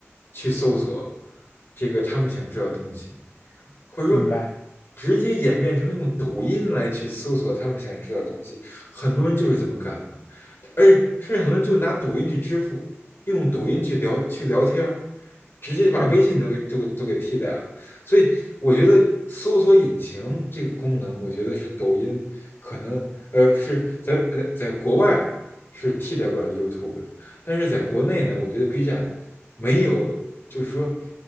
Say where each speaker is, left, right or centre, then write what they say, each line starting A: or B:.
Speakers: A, on the left; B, on the left.
A: 去搜索这个他们想知道的东西。或者说
B: 明白，
A: 直接演变成用抖音来去搜索他们想知道的东西，很多人就是这么干的，而且甚至很多人就拿抖音去支付，用抖音去聊去聊天直接把微信都给都给都给替代了。
B: 是的，
A: 所以我觉得搜索引擎这个功能，我觉得是抖音可能呃是在在在国外是替代不了 YouTube 的，但是在国内呢，我觉得 B 站没有，就是说，